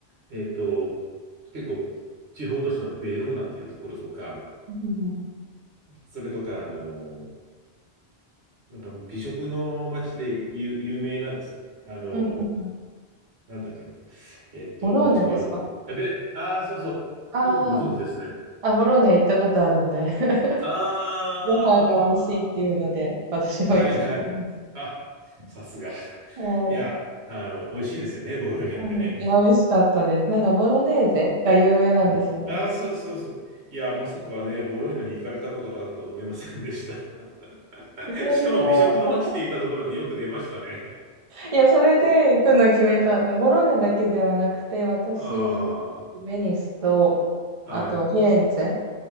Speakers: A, on the right; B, on the right.
A: えっと、結構、地方都市のベローナっていうところとか、
B: うんうんうん
A: それとか、あの、なんか美食の街で有、有名なですね、あの、
B: うんうんうん
A: なんだっけな、えっと、
B: ボローニャですか
A: 街もあるんで、あべ、ああ、そうそ
B: ああー、
A: う、よくご存知ですね。
B: あ、ボローニャ行ったことあるんで。<laughs>
A: ああ、
B: ご飯が美味しいっていうので、私も行きたんです。
A: はいはい。あ、さすが。
B: はい。
A: いや、あの、美味しいですよね、ボロイナってね。
B: うんうんいや、美味しかったです。なんかボロネーゼが有名なんですよね。
A: うん。ああ、そうそうそう。いや、まさかね、ボロイナに行かれたことがあるとは思いませんでした。<laughs>
B: イタリア、
A: しかも美食の街って言ったところでよく出ましたね。
B: いや、それで行くの決めた。あのボローニャだけではなくて、私は
A: <laughs> あ
B: ベニスと、
A: あ、
B: あとフィレンツェ
A: はい、